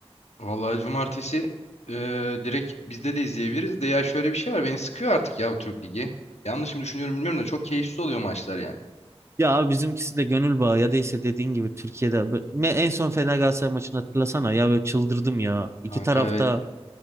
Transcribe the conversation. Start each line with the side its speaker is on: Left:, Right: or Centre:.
Left: Vallahi cumartesi eee, direkt bizde de izleyebiliriz de ya şöyle bir şey var beni sıkıyor artık ya bu Türk Ligi. Yanlış mı düşünüyorum bilmiyorum da çok keyifsiz oluyor maçlar yani.
Right: Ya abi bizimkisi de gönül bağı ya da işte dediğin gibi Türkiye'de Bö- ne en son Fener Galatasaray maçını hatırlasana ya böyle çıldırdım ya. İki
Left: Kanka
Right: tarafta
Left: evet